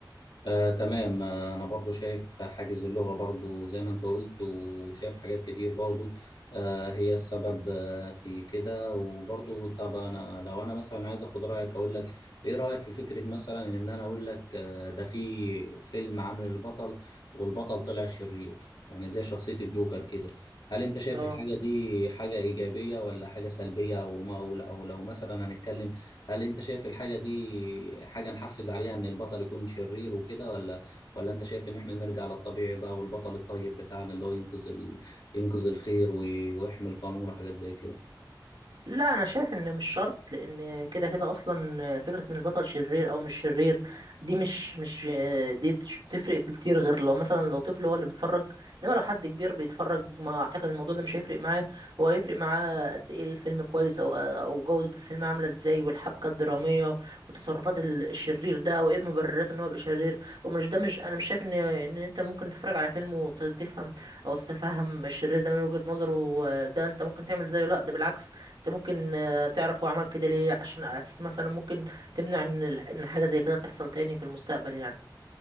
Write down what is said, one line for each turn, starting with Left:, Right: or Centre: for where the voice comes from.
Left: آه، تمام آه، انا برضو شايف حاجز اللغة برضو زي ما انت قلت وشايف حاجات كتير برضو آه، هي السبب آه، في كده وبرضو طب انا لو انا مثلا عايز اخد رأيك اقول لك ايه رأيك في فكرة مثلا ان انا اقول لك آه، ده في فيلم عامل البطل والبطل طلع شرير يعني زي شخصية الجوكر كده هل انت شايف
Right: اه
Left: الحاجة دي حاجة ايجابية ولا حاجة سلبية او ما او لو مثلا هنتكلم هل انت شايف الحاجة دي حاجة نحفز عليها ان البطل يكون شرير وكده ولا ولا انت شايف ان احنا نرجع للطبيعي بقى والبطل الطيب بتاعنا اللي هو ينقذ ال... ينقذ الخير وي- ويحمي القانون وحاجات زي كده
Right: لا انا شايف ان مش شرط لان كده كده اصلا فكره ان البطل شرير او مش شرير دي مش مش دي مش بتفرق في كتير غير لو مثلا لو طفل هو اللي بيتفرج انما لو حد كبير بيتفرج ما اعتقد الموضوع ده مش هيفرق معاه هو هيفرق معاه قد ايه الفيلم كويس او او جوده الفيلم عامله ازاي والحبكه الدراميه وتصرفات ال- الشرير ده وايه مبررات ان هو يبقى شرير ومش ده مش انا مش شايف ان ان انت ممكن تتفرج على فيلم وتفهم او تتفهم الشرير ده من وجهه نظره ده انت ممكن تعمل زيه لا ده بالعكس انت ممكن آه، تعرف هو عمل كده ليه عشان أس مثلا ممكن تمنع ان ال- ان حاجه زي كده تحصل تاني في المستقبل يعني